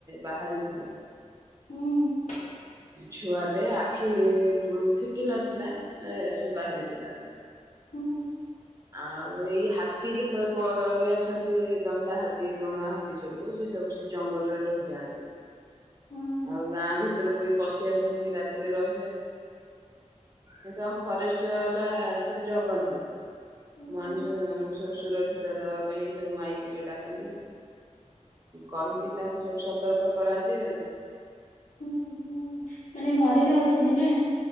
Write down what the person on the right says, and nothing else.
ବାହାରିଥିଲା।
ଛୁଆରେ ଆଖି ଫିଟି ନଥିଲା ସେ ବାହାରିଥିଲା।
ଆଉ ଏଇ ହାତୀ ଯେତେବେଳେ ପଳେଇ ଆସନ୍ତି ଦନ୍ତା ହାତୀ ବଣୁଆ ହାତୀ ସବୁ ସେ ସବୁ ସେ ଜଙ୍ଗଲରେ ରହିଯାଆନ୍ତି।
ଆଉ ଗାଁ ଭିତରକୁ ବି ପଶି ଆସନ୍ତି ରାତିରେ ରହିଲେ କିନ୍ତୁ ଆମ ଫରେଷ୍ଟ ବାଲା ସବୁ ଜଗନ୍ତି।
ମଣିଷ ମାନ ସବୁ ସୁରକ୍ଷିତ ଦବା ପାଇଁ ସବୁ ମାଇକିରେ ଡାକନ୍ତି। କହିକି ତାଙ୍କୁ ସବୁ ସତର୍କ କରାନ୍ତି ଆଉ।